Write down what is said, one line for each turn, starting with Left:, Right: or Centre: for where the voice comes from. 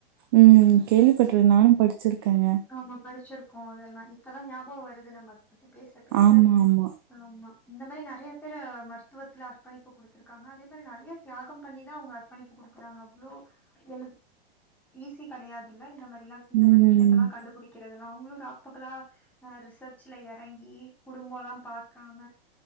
Right: ம். கேள்விப்பட்டிருக்கேன். நானும் படிச்சிருக்கேங்க.
Centre: ஆமா படிச்சிருக்கோ அதெல்லாம் இப்ப தா ஞாபம் வருது நம்ம அது பத்தி பேச பேச
Right: ஆமா, ஆமா.
Centre: ஆமா இந்த மாரி நெறைய பேரு மருத்துவத்துல அர்ப்பணிப்பு குடுத்ருக்காங்க அதே மாரி நெறைய தியாகம் பண்ணி தா அவுங்க படிப்பு கொடுக்குறாங்க அவளோ எ ஈஸி கிடையாது இந்த மாரி இந்த
Right: ம்.
Centre: மாரி விஷயத்தெல்லா கண்டுபிடிக்க தாலன் அவங்களும் ஒரு பகளா ஹ் ரிசர்ச்ல இறங்கி குடும்பம் எல்லாம் பாக்காம